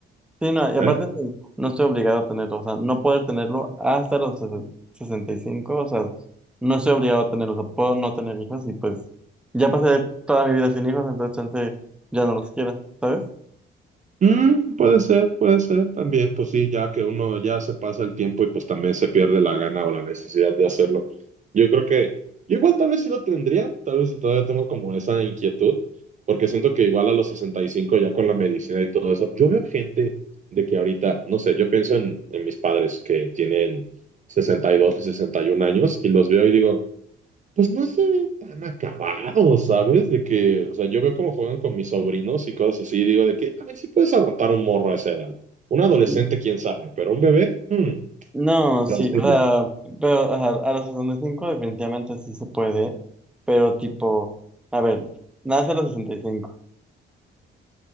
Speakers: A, in the centre; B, on the right.
A: Sí, no, y
B: ¿eh?
A: aparte pues, no estoy obligado a tenerlo, o sea, no poder tenerlo hasta los sesen- sesenta y cinco o sea, no estoy obligado a tenerlo, o sea, puedo no tener hijos y pues ya pasé toda mi vida sin hijos, entonces chance ya no los quiera, ¿sabes?
B: Mm, puede ser, puede ser también, pues sí, ya que uno ya se pasa el tiempo y pues también se pierde la gana o la necesidad de hacerlo. Yo creo que, yo igual tal vez sí lo tendría, tal vez si todavía tengo como esa inquietud, porque siento que igual a los 65 ya con la medicina y todo eso, yo veo gente de que ahorita, no sé, yo pienso en, en mis padres que tienen sesenta y 61 años y los veo y digo... Pues no se ven tan acabados, ¿sabes? De que, o sea, yo veo cómo juegan con mis sobrinos y cosas así, y digo de que, a ver si puedes aguantar un morro a esa edad. Un adolescente,
A: N-
B: quién sabe, pero un bebé, mm,
A: No,
B: plausible.
A: sí, o sea, pero o sea, a los 65 definitivamente sí se puede, pero tipo, a ver, nace a los 65.